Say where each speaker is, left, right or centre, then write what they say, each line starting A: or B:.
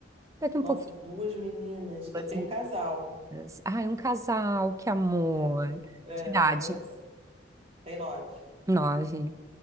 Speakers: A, on the right; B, on the right.
A: Daqui um
B: nossa,
A: pouquinho,
B: duas meninas.
A: duas
B: Eu tenho um casal.
A: meninas. Ai, um casal, que amor.
B: É, é
A: Que idade?
B: uma gracinha. Tem nove.
A: Nove.